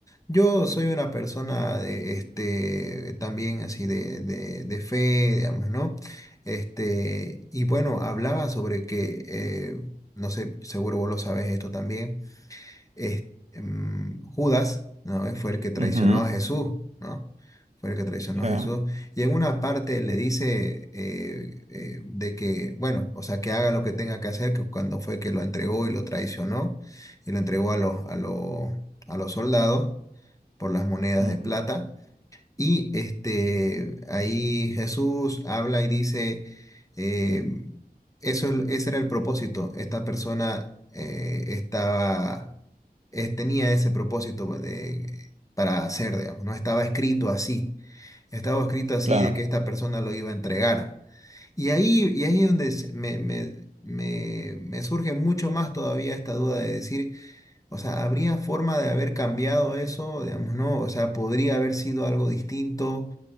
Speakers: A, on the left; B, on the right.
A: yo soy una persona de, este, también así de, de, de fe, digamos, ¿no? Este, y bueno, hablaba sobre que, eh, no sé, seguro vos lo sabes esto también es- em, Judas, ¿no? Eh, Fue el que traicionó
B: Ujú,
A: a Jesús, ¿no? Fue el que traicionó
B: sí,
A: a Jesús. Y en una parte le dice eh, eh, de que, bueno, o sea, que haga lo que tenga que hacer, que cuando fue que lo entregó y lo traicionó, y lo entregó a los, a los, a los soldados por las monedas
B: ujú,
A: de plata. Y este, ahí Jesús habla y dice, eh, eso, es- ese era el propósito. Esta persona eh, estaba, eh, tenía ese propósito de- para hacer, digamos, no estaba escrito así. Estaba escrito así
B: claro.
A: de que esta persona lo iba a entregar. Y ahí, y ahí es donde se- me, me, me, me surge mucho más todavía esta duda de decir o sea, ¿habría forma de haber cambiado eso? Digamos, ¿no? O sea, podría haber sido algo distinto.